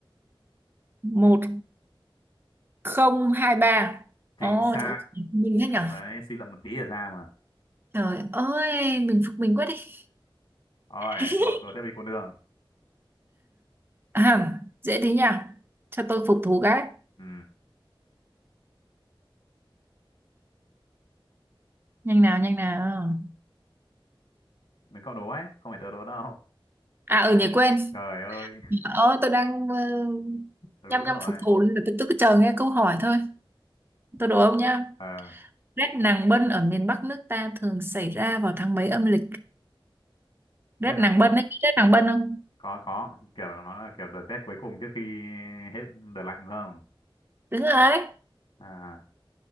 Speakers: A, on the right (about 25°); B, on the left (about 65°).
A: một không hai ba
B: chính
A: ồ
B: xác
A: chỗ mình thế nhở
B: đấy suy luận một tí là ra mà
A: trời ơi mình phục mình quá đi
B: rồi
A: <laughs>
B: đột đột tiếp đi con đường
A: à, dễ thế nhỉ cho tôi phục thú cái
B: ừ
A: nhanh nào nhanh nào
B: là cậu đố ấy không phải tớ đố đâu
A: à ở ừ, nhỉ quên
B: trời ơi
A: Ờ, tôi đang uh,
B: tớ đúng
A: nhăm nhăm
B: rồi
A: phục thù nên là tôi, tôi cứ chờ nghe câu hỏi thôi. Tôi đố ông nha.
B: ờ
A: Rét nàng bân ở miền Bắc nước ta thường xảy ra vào tháng mấy âm lịch? Rét
B: rét nắng
A: nàng
B: bận
A: bân ấy, biết rét nàng bân không?
B: có có kiểu nó là kiểu đợt rét cuối cùng trước khi hết đợt lạnh phải không
A: Đúng rồi.
B: à